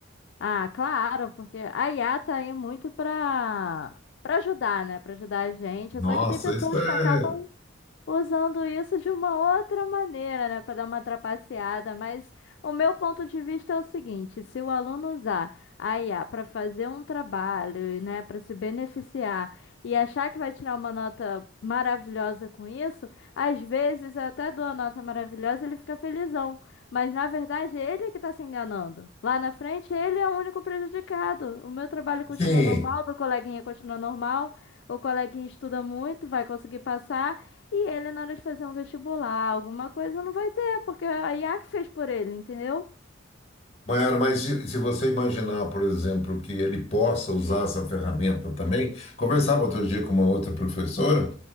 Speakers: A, on the left; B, on the left.
A: Ah, claro, porque a IA tá aí muito pra, pra ajudar, né? Pra ajudar a gente.
B: Nossa,
A: Só que tem pessoas
B: isso é.
A: que acabam usando isso de uma outra maneira, né, para dar uma trapaceada, mas o meu ponto de vista é o seguinte: se o aluno usar a IA para fazer um trabalho, né, para se beneficiar e achar que vai tirar uma nota maravilhosa com isso, às vezes eu até dou a nota maravilhosa, e ele fica felizão, mas na verdade é ele que está se enganando. Lá na frente ele é o único prejudicado. O meu trabalho continua
B: Sim,
A: normal, do coleguinha continua normal, o coleguinha estuda muito, vai conseguir passar. E ele, na hora de fazer um vestibular, alguma coisa, não vai ter, porque é a IA que fez por ele, entendeu?
B: Maiara, mas se, se você imaginar, por exemplo, que ele possa usar essa ferramenta também, conversava outro dia com uma outra professora,